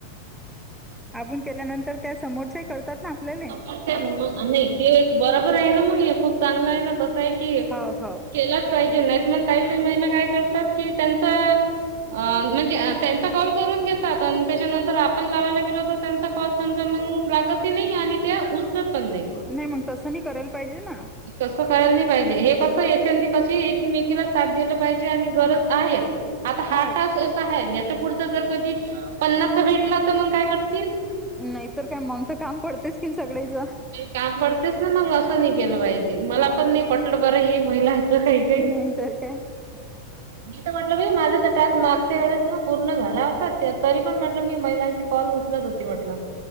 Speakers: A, in the centre; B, on the right.
A: आप केल्यानंत त्या समोरचे करतात. ना आपल्याले
B: नाही ते एक बरोबर आहे ना मग हे खूप चांगलं आहे ना. तस आहे की
A: हो हो
B: केलाच पाहिजे नाहीत मग काहीतरी महिला काय करतात कि त्यांचा अ म्हणजे त्यांचा कॉल करून घेतात आणि त्याच्यानंतर आपण लावायला गेलो तर त्यांचा कॉल सम लागत नाही आणि त्या <unintelligible> पण नाई
A: नाही मग तसं नाही करायला पाहिजे ना
B: तस करायला नाही पाहिजे हे कस याच्या कशी एकीमेकीला साथ द्यायला पाजे आणि गरज आहे आता हा
A: हो
B: टॅक्स असा आहे. पुढच जर कधी पन्नासचा भेटला तर, मग काय करतील?
A: नाहीतर काय मग तर काम पडतेच. की सगळेच
B: काम पडतेच ना मग असं नाही केलं पाहिजे. मला पण नाही पटलं बर हे. महिलांच काही काही
A: नाहीतर काय
B: मी म्हटलं माझा तर टास्क मागच्या वेळेस ना पूर्ण झाला होता. तरी पण म्हटलं मी महिलांची कॉल उचलत होती. म्हटलं.